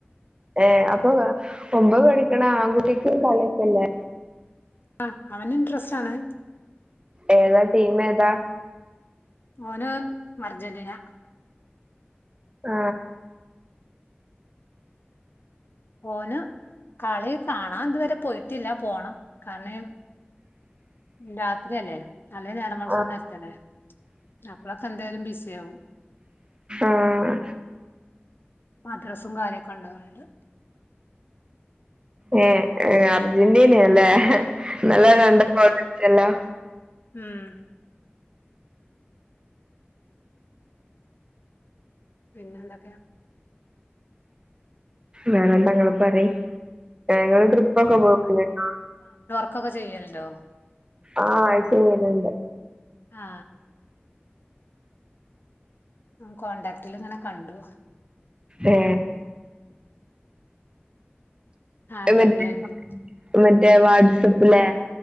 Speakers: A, on the right; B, on the left.
A: ഏ അപ്പൊ ഒമ്പത് പഠിക്കുന്ന ആൺകുട്ടിക്ക് കളീഒക്കേയില്ലേ
B: ആ അവന് ഇൻട്രസ്റ്റ് ആണ്
A: ഏതാ ടീം ഏതാ
B: ഓന് അർജന്റീന
A: ആ
B: ഓൻകളി കാണാൻ ഇതുവരെ പോയിട്ടില്ല പോണം കണീം രാത്രിയല്ലേ അല്ലെ ഞാനമോൾക്ക്ന്നരത്തല്ലേ
A: ആ
B: അപ്പഴൊക്കെ എന്തൊലും ബിസി ആവും.
A: ആ
B: മദ്രാസും കാര്യൊക്കെ ഉള്ളതുകൊണ്ട്
A: ഏ ഏ അർജൻിന അല്ലേ നല്ല
B: ഉം
A: കണ്ട <unintelligible> ഹലോ
B: ഉം പിന്നെ എന്തൊക്കെയാ
A: വേറെന്താ ഇങ്ങള് പറയ് ഇങൾ ട്രിപ്പ്‌ ഒക്കെ പോവാറുണ്ട്
B: വർക്ക് ചെയ്യലുണ്ടോ
A: ആ അയ് ചെയ്യുണുണ്ട്
B: ആ കോടാക്ട്ടിൽ ഇങ്ങനെ കണ്ടു
A: ഏ
B: ആ അമ്പർല
A: മറ്റേ
B: <unintelligible>
A: മറ്റേ വാട്സപ്പിലെ